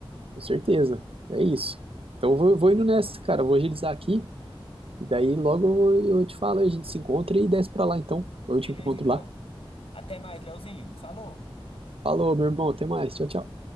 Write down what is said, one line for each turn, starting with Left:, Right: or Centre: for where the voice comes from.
Right: Com certeza. É isso. Então eu vou, vou indo nessa, cara. eu Vou agilizar aqui e daí logo eu te falo, a gente se encontra e desce pra lá, então. Ou
Left: Beleza,
Right: eu te encontro
Left: então.
Right: lá.
Left: Até mais, Leozinho. Falou!
Right: Falou, meu irmão, até mais. Tchau, tchau.